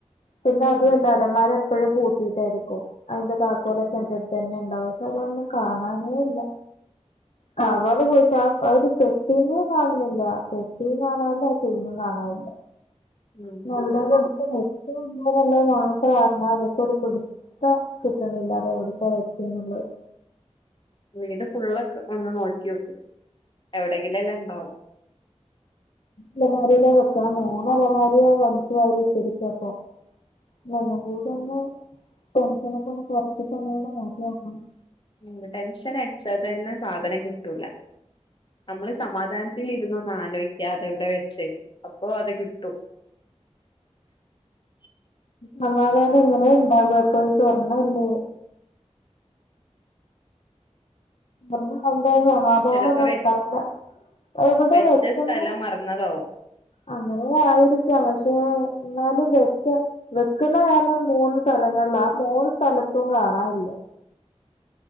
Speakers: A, on the left; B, on the left.
A: പിന്നെ അതുല്ല
B: ഉം
A: അലമാര എപ്പോഴും പൂട്ടീയിട്ടായിരിക്കും അതിന്റെ താക്കോലൊക്കെ
B: ഉം
A: എന്റെടു തന്നെ ണ്ടാവും ശെ തൊന്നും കാണാനേല്ല കവറ് പോയിട്ട് ആ ആ ഒരു പെട്ടി ന്നെ കാണുന്നില്ല പെട്ടീം കാണാനില്ല ഒരു ചെയിനും കാണാനില്ല
B: ഉം
A: എവിടേലും എടുത്ത് വെച്ചോന്നള്ളത് മാത്ര അറിഞ്ഞ മതി ഇക്ക് ഒരു പിടു ട്ട കിട്ട്ണില്ലാ അത് എവിട്ക്കാ വെച്ചേ ന്ന്ള്ളത്
B: വീട് ഫുള്ളൊക്കെ ഒന്ന് നോക്കി നോക്ക് എവിടെങ്കിലും ല്ലാം ണ്ടാവും
A: ലെ അലമാരില വെക്ക മൂന്ന് അലമാരിയും വലിച്ച് വാരി ഇട്ടിരിക്കപ്പൊ നി ഒന്നും
B: ഉം
A: കൂടി ഒന്ന് ടെൻഷനൊക്കെ ഒന്ന് കൊറച്ചിട്ട് ഒന്നൂടെ നോക്കിയൊക്കണം
B: ഉം ടെൻഷൻ അടിച്ചാ തന്നെ സാധനം കിട്ടൂല നമ്മള് സമാധാനത്തിൽ ഇരുന്ന ന്നാലോയിക്ക അതവിടെയ വെച്ചെന്ന് അപ്പോ അത് കിട്ടും <inaudible>
A: സമാധാനം എങ്ങന ഇണ്ടാവ ഇപ്പൊ ഈ സ്വർണം അല്ലെ <unintelligible> മോനൊന്നും
B: ചെലപ്പോ വെ
A: ഇണ്ടാവൂല എവടെ
B: വെച്ച
A: വെച്ചെന്ന്
B: സ്ഥലം മറന്നതാവും
A: അന്നേരം ആയിരിക്കാം പശെ എന്നാലും വെച്ച വെക്കുന്ന വേറെ മൂന്ന് സ്ഥലങ്ങളിലാ ആ മൂന്ന് സ്ഥലത്തും കാണാല്ല്യാ